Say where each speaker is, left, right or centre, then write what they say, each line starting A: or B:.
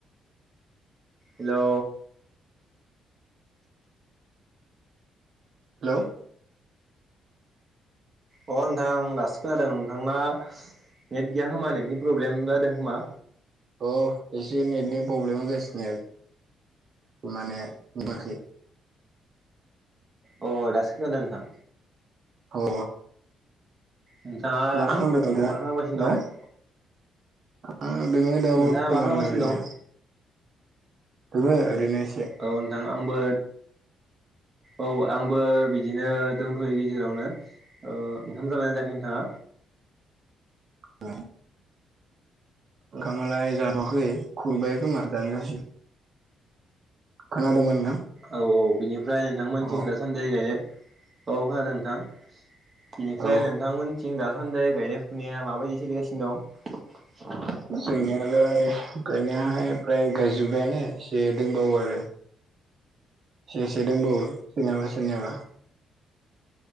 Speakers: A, on the right; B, on the right.
A: हेलौ
B: हेलौ
A: अ नोंथां दासो खोनादों नोंथांना नेट गैया खोमा नेटनि प्रब्लेम। जादो खोमा?
B: अ एसे नेटनि प्रब्लेम होगासिनो आरोखि। माने <unintelligible>
A: अ दासो खोनादों नोंथां।
B: अ
A: नोंथाङा
B: मा खालामदो दा नोंथाङा?
A: मा खालामगासिनो दं
B: आं जोङो दा बरतमान
A: नोंथाङा मा खालामगासिनो
B: ओरैनो
A: दं?
B: दोङो ओरैनो। एसे
A: औ नोंथां आंबो औ आंबो बिदिनो दंथयो गेजेरावनो ओंखाम जाबाय ना जायाखै नोंथाङा?
B: <unintelligible> ओं खामालाय जाथखै खुरबाय खोमा जानो जासिगोन। खोनादोबा नोंथां?
A: औ औ बिनिफ्राय नोंथांमोनथिं
B: अ
A: दासानदि गायनो औ खोनादों नोंथां। बिनिफ्राय
B: औ
A: नोंथांमोनथिं दासान्दि गायनो फनाया माबायदि सोलिगासिनो दं?
B: जोंनियालाय गायनायाहाय फ्राय गायजोब्बायानो एसे दंबावो आरो। एसे एसे दंबावो सोरनियाबा सोरनियाबा